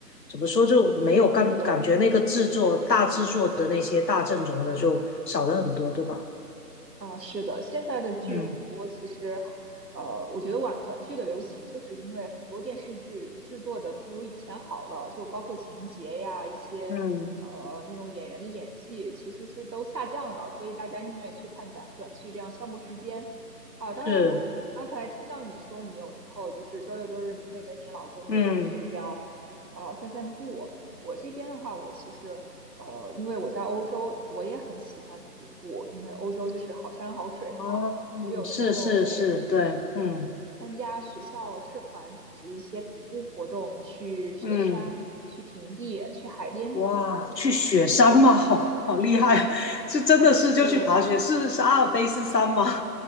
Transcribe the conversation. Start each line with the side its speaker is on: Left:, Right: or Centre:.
Left: 怎么说就没有感感觉那个制作大制作的那些大阵容的就少了很多，
Right: 嗯，是的。
Left: 对吧？
Right: 啊，是的，现在的剧很多，
Left: 嗯
Right: 其实，呃，我觉得短短剧的流行，就是因为很多电视剧制作的不如以前好了，就包括情节呀，一些呃那种演员的演技，
Left: 嗯。
Right: 其实是都下降了，所以大家宁愿去看短短剧，这样消磨时间。啊，当然我，
Left: 是，
Right: 我刚才听到你说，你有时候就是周六周日你会跟你老公就出去这样，
Left: 嗯，
Right: 呃，散散步。我这边的话，我其实。呃，因为我在欧洲，我也很喜欢徒步，因为欧洲就是好山好水嘛。
Left: 哦，
Right: 我有时候会，
Left: 是是是，对，
Right: 嗯，
Left: 嗯
Right: 参加学校社团组织的一些徒步活动，去雪山、
Left: 嗯，
Right: 去平地、去海边徒步。
Left: 哇，去雪山吗？
Right: 对
Left: <laughs> 好好厉害啊，<laughs> 是真的是就去爬雪，
Right: 对，
Left: 是是阿尔卑斯山吗？